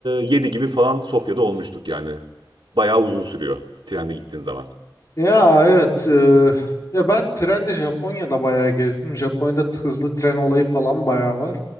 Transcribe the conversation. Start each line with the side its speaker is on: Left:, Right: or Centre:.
Right: 7 gibi falan Sofya'da olmuştuk yani. Bayağı uzun sürüyor trende gittiğin zaman.
Left: Ya evet eee, ya ben trenle Japonya'da bayağı gezdim. Japonya'da t- hızlı tren olayı falan bayağı var.